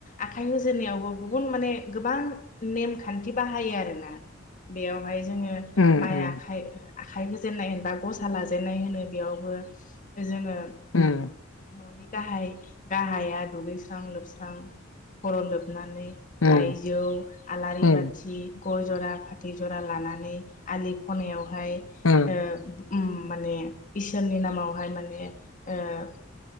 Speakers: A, on the left; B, on the left.
A: आखाइ होजेननायावबो गुबुन माने गोबां नेमखान्थि बाहायो आरोना बेयावहाय। जोङो
B: उम
A: माइ
B: उम
A: आखाइ आखाइ होजेननाय होनबा गसा लाजेनाय होनो बेयावबो जोङो
B: उम
A: न'नि गाहाय गाहाया दुगैस्रां लोबस्रां खर' लोब लोबनानै
B: उम
A: लाइजौ, आलारि
B: उम
A: बाथि गय जरा, फाथै जरा लानानै आलि खनायाव ओमफाय
B: उम
A: ओ माने इसोरनि नामावहाय माने ओ